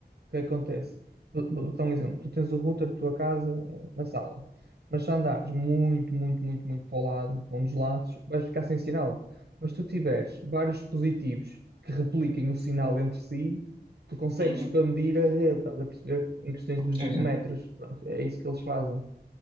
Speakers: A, on the right; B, on the right.
A: O que é que acontece? Vou vou dar um exemplo. Tu tens o router da tua casa eh, na sala, mas se andares muito, muito, muito, muito para o lado, para um dos lados, vais ficar sem sinal. Mas se tu tiveres vários dispositivos que repliquem o sinal entre si, tu consegues
B: Uhum.
A: expandir a rede, estás a perceber? Em questões de,
B: Sim,
A: de
B: sim.
A: metros. Pronto, é isso que eles fazem.